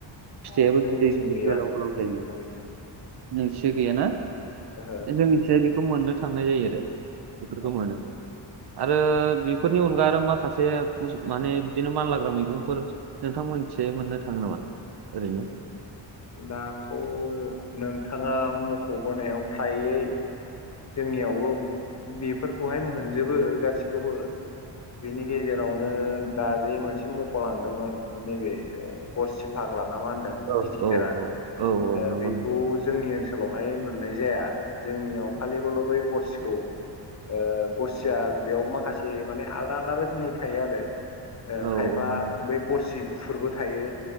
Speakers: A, on the right; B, on the left.
A: फिथाइआबो
B: अ जोंनिथिं
A: गिदिर गिदिर
B: गैया
A: गोलाव
B: नोंथां
A: गोलाव जायो
B: बिदिया
A: नोंथिजाय गैयाना
B: ओहो ओहो
A: दा जोंनिथिजाय
B: गैया
A: बेखौ मोननो थांनाय जायो आरो बेफोरखौ
B: औ
A: मोनो आरो बेफोरनि अनगा आरो माखासे माने बिदिनो मानलाग्रा मैगंफोर नोंथांमोन मोननो थाङो नामा ओरैनो
B: दाथ नोंथाङा मखबोनायाव फ्रायै जोंनियावबो बेफोरखौहाय मोनजोबो गासिखौबो बेनि गेजेरावनो दा जे मोनसे मखलांदोंमोन नैबे गरसिफा ला ना मा होनदों
A: औ
B: गिदिर गिदिरा
A: औ औ औ औ
B: ओ
A: नंगौ
B: बेखौ
A: नंगौ
B: जोंनि ओनसोल ओनसोलावहाय मोननाय जाया जोंनियाव खालिबोल बै गरसिखौ ओ गरसिया बेयाव माखासे माने आलदा आलदा रोखोमनि थायो आरो ओ
A: औ
B: खायफा
A: नंगौ
B: बे गरसि गुफुरबो थायो